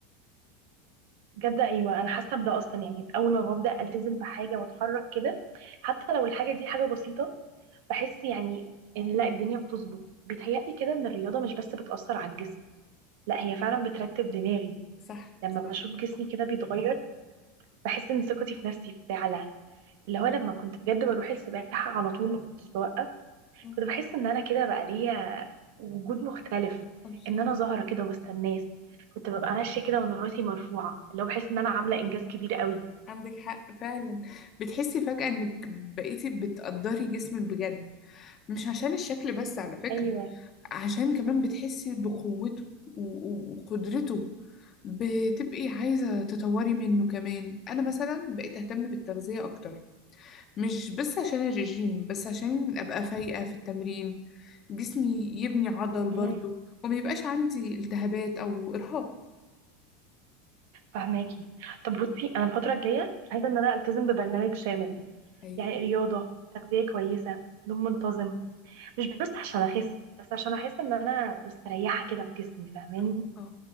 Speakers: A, on the right (about 70°); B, on the left (about 40°).
A: بجد ايوه انا حاسه بده اصلا يعني اول ما ببدا التزم بحاجه واتحرك كده حتى لو الحاجه دي حاجه بسيطه بحس يعني ان لا الدنيا بتظبط بيتهيألي كده ان الرياضه مش بس بتاثر على الجسم لا هي فعلا بترتب دماغي
B: صح
A: لما
B: صح
A: بشوف جسمي كده بيتغير بحس ان ثقتي في نفسي بتعلى اللي هو لما كنت بجد بروح السباحه على طول ما كنتش بوقف
B: الله
A: كنت بحس ان انا كده بقى ليا وجود مختلف
B: الله
A: ان انا ظاهره كده وسط الناس كنت ببقى ماشيه كده وانا راسي مرفوعه اللي هو بحس ان انا عامله انجاز كبير قوي
B: عندك حق فعلا بتحسي فجأة انك بقيتي بتقدري جسمك بجد مش عشان الشكل بس على فكرة
A: ايوه
B: عشان كمان بتحسي بقوته و- و- وقدرته بتبقي عايزة تطوري منه كمان انا مثلا بقيت اهتم بالتغذية اكتر مش بس عشان الرجيم بس عشان ابقى فايقة في التمرين جسمي يبني عضل برضو
A: امم
B: وما يبقاش عندي التهابات او ارهاق
A: فهماكي طب بصي انا الفتره الجايه عايزه ان انا التزم ببرنامج شامل
B: ايوه
A: يعني رياضه تغذيه كويسه نوم منتظم مش بس عشان اخس بس عشان احس ان انا مستريحه كده في جسمي فاهماني
B: اه اه